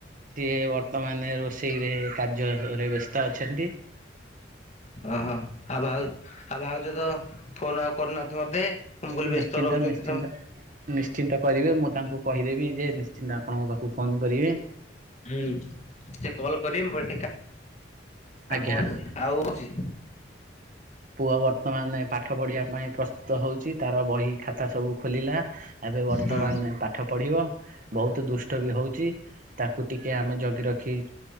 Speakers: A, on the right; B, on the left.
A: ସିଏ ବର୍ତ୍ତମାନ ରୋଷେଇରେ କାର୍ଯ୍ୟରେ ବ୍ୟସ୍ତ ଅଛନ୍ତି।
B: ଓ ହ ଆଉ ଭାଉ ଆଉ ଭାଉଛ ତ ଫୋନ ଆଉ କରୁନାହାନ୍ତି ମତେ। ମୁଁ କହିଲି ବ୍ୟସ୍ତ
A: ନିଶ୍ଚିନ୍ତ
B: ରହୁଛନ୍ତି
A: ନିଶ୍ଚିନ୍ତ
B: ତମେ
A: ନିଶ୍ଚିନ୍ତ କରିବେ ମୁଁ ତାଙ୍କୁ କହିଦେବି ଯେ ତା ଆପଣଙ୍କ ପାଖକୁ ଫୋନ କରିବେ।
B: ହୁଁ ସେ କଲ୍ କରିବେ ମୁଁ ଟିକେ କାମ
A: ଆଜ୍ଞା
B: ଅଛି ଆଉ ହଉଛି।
A: ପୁଅ ବର୍ତ୍ତମାନ ପାଠ ପଢିବା ପାଇଁ ପ୍ରସ୍ତୁତ ହଉଛି ତାର ବହି ଖାତା ସବୁ ଖୋଲିଲା। ଏବେ ବର୍ତ୍ତମାନ
B: ହଁ
A: ପାଠ ପଢିବ ବହୁତ ଦୁଷ୍ଟ ବି ହଉଛି। ତାକୁ ଟିକେ ଆମେ ଜଗି ରଖି